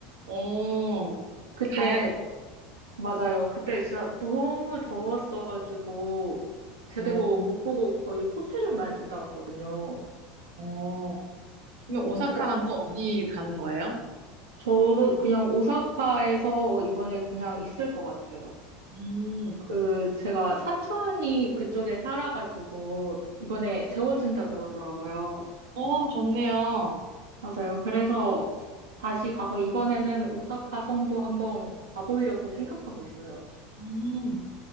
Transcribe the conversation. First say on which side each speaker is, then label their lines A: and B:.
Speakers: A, on the right; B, on the right.
A: 오
B: 그때,
A: 가야지.
B: 맞아요. 그때 진짜 너무 더웠어가지고, 제대로
A: 오,
B: 못 보고 거의 호텔에만 있다 왔거든요.
A: 오. 그럼 오사카랑
B: 그래,
A: 또 어디 가는 거예요?
B: 저도 그냥 오사카에서 이번에 그냥 있을 것 같아요.
A: 음,
B: 그, 제가 사촌이 그쪽에 살아가지고, 이번에 재워준다 그러더라고요.
A: 어, 좋네요.
B: 맞아요. 그래서 다시 가서 이번에는 오사카 성도 한번 가보려고 생각하고 있어요.
A: 음.